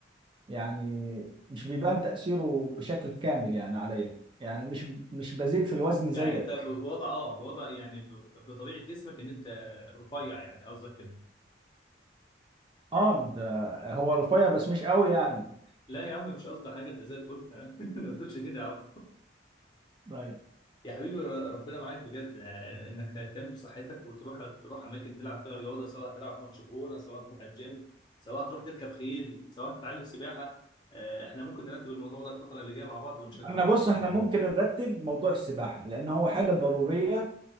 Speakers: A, on the right; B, on the left.
A: يعني مش بيبان تاثيره بشكل كامل يعني عليا يعني مش مش بزيد في الوزن
B: يعني
A: زيك
B: انت ب- بوضع اه بوضع يعني ب- بطبيعه جسمك ان انت رفيع يعني قصدك كده
A: اه ما انت هو رفيع بس مش قوي يعني
B: لا يا عم مش قصدي حاجه انت زي الفل <laughs> أنا ما تقولش كده يا عم
A: طيب.
B: يا حبيبي ر- ربنا معاك بجد آه، انك تهتم بصحتك وتروح تروح اماكن تلعب فيها رياضه سواء تلعب ماتش كوره سواء تروح الجيم سواء تروح تركب خيل سواء تتعلم سباحه آه، احنا ممكن نرتب الموضوع ده الفتره اللي جايه مع بعض ونشجع
A: احنا
B: بعض
A: بص
B: ان شاء
A: احنا
B: الله
A: ممكن نرتب موضوع السباحه لان هو حاجه ضروريه